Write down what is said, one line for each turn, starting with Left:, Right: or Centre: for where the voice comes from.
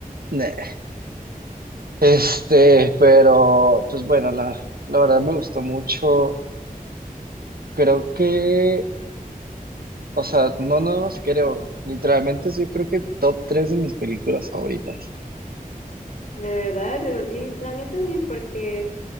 Right: Neh. Este, pero, pues bueno, la, la verdad me gustó mucho. Creo que O sea, no nos creo, literalmente es yo creo que top 3 de mis películas favoritas.
Left: De verdad, yo- y la mía también, porque,